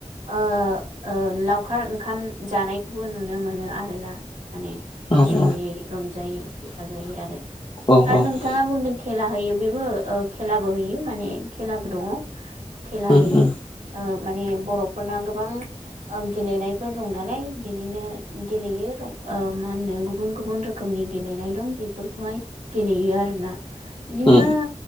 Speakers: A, on the right (about 80°); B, on the left (about 40°).
A: ओ ओ लावखार ओंखाम जानायखौबो नुनो मोनो आरोना माने
B: औ
A: जयै रंजायै बाजायै आरो
B: औ उम
A: -आरो नोंथाङा बुंदों खेला होयो बेबो खेलाबो होयो माने खेलाबो दङ खेला
B: उम
A: हैयो ओ माने बर'फोरना गोबां गेलेनायफोर दं नालाय बिदिनो गेलेयो रं ओ मा होनो गुबुन- गुबुन रोखोमनि गेलेनाय दं बेफोरखौहाय गेलेयो आरोना बिदिनो
B: उम